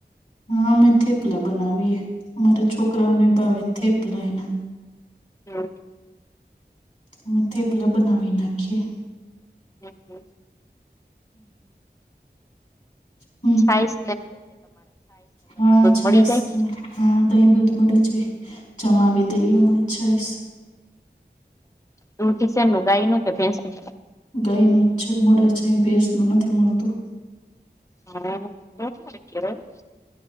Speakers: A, on the left (about 45°); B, on the left (about 15°).
A: હા અમે થેપલા બનાવીએ. અમારે છોકરાઓને ભાવે થેપલા અયના
B: હમ.
A: અમે થપલા બનાવી નાખીએ.
B: હમ હમ.
A: હમ.
B: આઈસ.
A: હા છાશને
B: મળી જાય
A: હા દહીં દૂધ મળી જાય. જમાવી દઈએમાં છાશ
B: દૂધ શેનું ગાયનું કે ભેંસનું?
A: ગાયનું છે મળે છે અય ભેસનું નથી મળતું.
B: હા <unintelligible> કેહવાય એટલે